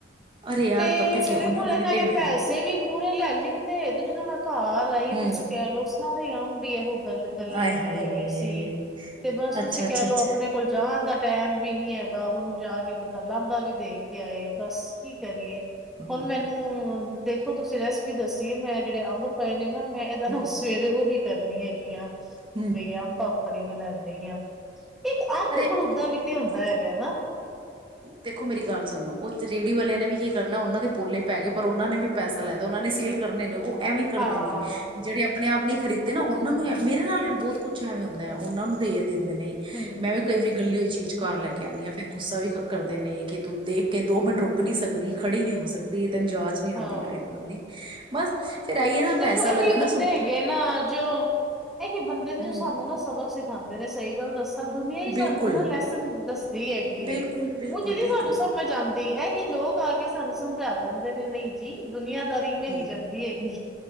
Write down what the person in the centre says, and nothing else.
ਤੇ
ਮੇਰੇ
ਕੋਲ ਇਹਨਾਂ
ਨੇ
ਪੈਸੇ ਵੀ ਪੂਰੇ ਲੈ ਲਿੱਤੇ ਤੇ ਜਦੋਂ ਮੈਂ ਘਰ ਆਈ
ਤੁਸੀਂ ਕਹਿ ਲੋ ਸਾਰੇ ਅੰਬ ਹੀ ਇਹੋ ਗੱਲ ਗੱਲੇ
ਹੋਏ
ਹੈਗੇ ਸੀ ਤੇ ਬਸ
ਤੁਸੀਂ
ਕਹਿ ਲਓ
ਆਪਣੇ ਕੋਲ ਜਾਣ ਦਾ ਟਾਈਮ ਵੀ ਨੀ ਹੈਗਾ ਹੁਣ ਜਾ ਕੇ ਬੰਦਾ ਲਾਂਬਾ ਵੀ ਦੇ ਕੇ ਆਏ ਬਸ ਕੀ ਕਰੀਏ।
ਹੁਣ ਮੈਨੂੰ ਦੇਖ ਦੇਖੋ ਤੁਸੀਂ ਰੈਸਪੀ ਦੱਸੀ ਏ ਮੈਂ ਜਿਹੜੇ ਅੰਬ ਪਏ ਨੇ ਨਾ ਮੈਂ ਇਹਦਾ
ਨਾ ਸਵੇਰੇ ਉਹੀ ਕਰਨੀ ਹੈਗੀ।
ਬਈ ਆਮ ਪਾਪੜ ਬਣਾਉਂਦੇ ਆ। ਇੱਕ ਅੰਮ
ਗਰੂਦਾ
ਵੀ ਤੇ ਹੁੰਦਾ ਹੈਗਾ ਹੈ ਨਾ।
ਹਾਂ
ਹੂੰ
ਹੂੰ
ਹੂੰ
ਹੂੰ
ਹਾਂ,
ਦੇਖੋ
ਇਹੀ
ਬੰਦੇ
ਹੈਗੇ ਨਾ ਜੋ ਇਹੀ ਬੰਦੇ ਨੇ
ਜੋ ਸਾਨੂੰ ਨਾ ਸਬਕ ਸਿੱਖਾਦੇ ਨੇ ਸਹੀ ਗੱਲ ਦੱਸਾ ਦੁਨੀਆਂ ਹੀ ਸਾਨੂੰ
ਨਾ ਲੈਸਨ ਦੱਸਦੀ ਹੈਗੀ
ਹੁਣ ਜਿਹੜੀ ਸਾਨੂੰ
ਸਮਝ ਆਦੀ ਇਹੀ ਲੋਕ ਆ ਕੇ ਸਾਨੂੰ ਸਮਝਾ ਜਾਂਦੇ ਨੇ ਨਹੀਂ ਜੀ ਦੁਨੀਆਂ ਦਾਰੀ ਇਵੇਂ
ਨੀ ਜਾਂਦੀ ਹੈਗੀ।